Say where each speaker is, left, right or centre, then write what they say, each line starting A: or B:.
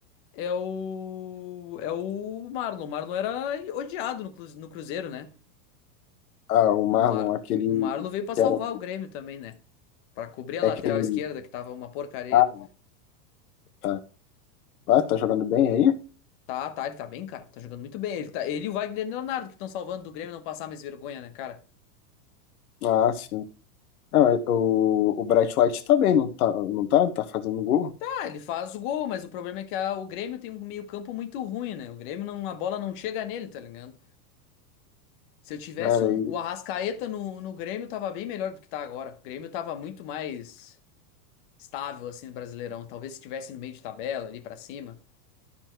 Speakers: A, on the left; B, on the left.
A: É o. É o Marlon. O Marlon era odiado no Cru- no Cruzeiro, né?
B: Ah, o
A: O
B: Marlon,
A: Mar...
B: aquele
A: o Marlon veio pra salvar
B: que era.
A: o Grêmio também, né? Pra cobrir a
B: É
A: lateral
B: aquele.
A: esquerda, que tava uma porcaria.
B: Ah, tá. tá. Ah, tá jogando bem aí?
A: Tá, tá, ele tá bem, cara. Tá jogando muito bem. Ele, tá... ele e o Wagner Leonardo que estão salvando do Grêmio não passar mais vergonha, né, cara?
B: Ah, sim. Não, é- o, o Bright White tá bem, não tá? Não tá, tá fazendo gol?
A: Ah, ele faz o gol, mas o problema é que a- o Grêmio tem um meio-campo muito ruim, né? O Grêmio não, a bola não chega nele, tá ligado? Se eu tivesse
B: Cara,
A: um,
B: e,
A: o Arrascaeta no, no Grêmio, tava bem melhor do que tá agora. O Grêmio tava muito mais estável, assim, no Brasileirão. Talvez se estivesse no meio de tabela, ali pra cima.